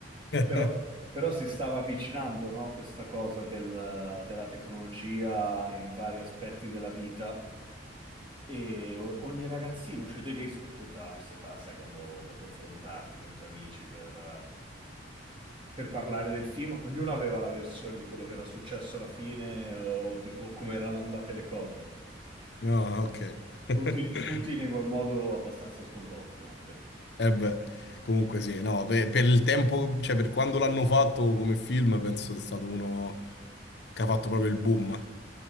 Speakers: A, on the left; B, on the right.
A: <laughs>
B: però, però si stava avvicinando, no, questa cosa del- della tecnologia in vari aspetti della vita. E o- ogni ragazzino, cioè te lì, soprattutto alla nostra età, sai, quando vuoi confrontarti con i tuoi amici per, per parlare del film, ognuno aveva la versione di quello che era successo alla fine o di co- come erano andate le cose.
A: No, ok. <laughs>
B: Tutti, tutti in quel modo abbastanza sconvolti anche.
A: Eh beh, comunque sì, no, per, per il tempo, cioè per quando l'hanno fatto come film, penso sia stato uno che ha fatto proprio il boom.